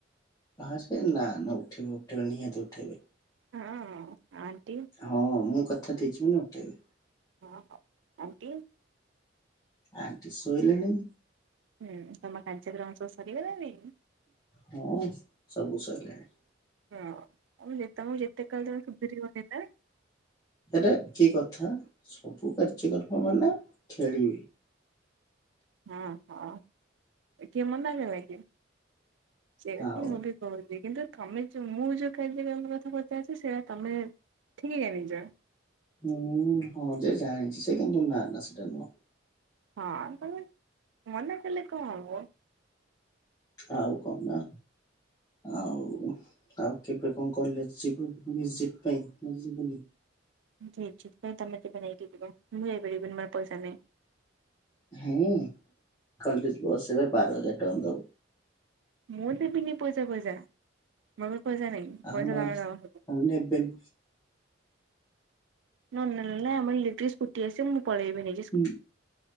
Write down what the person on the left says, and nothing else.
ଫାଷ୍ଟ ନା ନା ଉଠେଇବେ ଉଠେଇବେ ନିହାତି ଉଠେଇବେ।
ହଁ ମୁଁ କଥା ଦେଇଛିି ମାନେ ଉଠେଇବି।
ଆଣ୍ଟି ଶୋଇଲେଣି।
ହଁ ସବୁ ସଇଲାଣି।
ହେରା କି କଥା ସବୁ କାର୍ଯ୍ୟକ୍ରମ ମାନେ ଖେଳିବି।
ଆଉ
ହୁଁ ହଁ ଯେ ଜାଣିଛି ସେ କିନ୍ତୁ ନା ନା ସେଟା ନୁହଁ।
ଆଉ କଣ ନା? ଆଉ ଆଉ କେବେ କଣ କଲେଜେ ଯିବୁ ଭିଜିଟ୍ ପାଇଁ ଯିବୁନି?
ହୁଁ କଲେଜେ ବସ୍ ଏବେ ବାର ହଜାର ଟଙ୍କା ଦବୁ।
ଆଉ
ନ
ନେବେନି
ହୁଁ